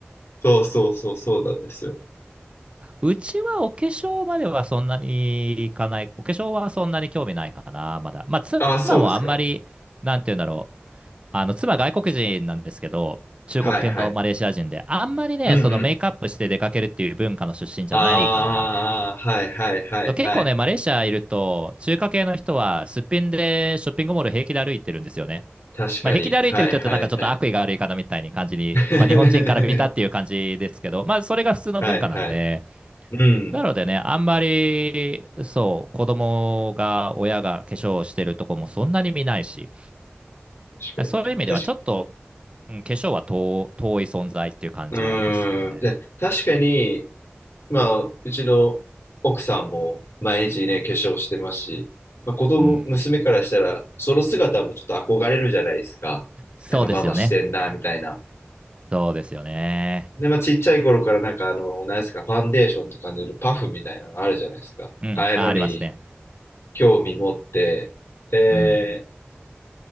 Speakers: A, on the left; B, on the right.
A: そうそうそうそうなんですよ。
B: うちはお化粧まではそんなにいかない。お化粧はそんなに興味ないかな、まだ。まあ、妻もあんまり、
A: ああ、そうですか。
B: なんて言うんだろう。あの、妻外国人なんですけど、中国系のマレーシア人で、
A: はいはい。
B: あんまりね、
A: うんうん。
B: そのメイクアップして出かけるっていう文化の出身じゃないから、
A: ああ、はいはいはいはい。
B: 結構ね、マレーシアいると、中華系の人はすっぴんでショッピングモール平気で歩いてるんですよね。
A: 確かに。
B: まあ、平気で歩いてるって言うとなんかちょっと悪意がある言い方みたいに感じに、
A: はいはいはい。<laughs>
B: まあ、日本人から見たっていう感じですけど、まあ、それが普通の文化なんで、
A: はいはいはい。うん。
B: なのでね、あんまり、そう、子供が、親が化粧をしてるとこもそんなに見ないし、
A: 確かにね。
B: そういう意味ではちょっと、
A: 確か、
B: うん、化粧は遠、遠い存在っていう感じはありますね。
A: うーん。じゃ、確かに、まあ、うちの奥さんも毎日ね、化粧してますし、まあ、子供、
B: うん。
A: 娘からしたら、その姿もちょっと憧れるじゃないですか。
B: そうですよね。
A: なんかママしてんな、みたいな。
B: そうですよね。
A: で、まあ、ちっちゃい頃からなんかあの、何ですか、ファンデーションとか塗るパフみたいなのあるじゃないですか。
B: うん。
A: ああいうのに
B: あ、ありますね。
A: 興味持って、で、
B: うん。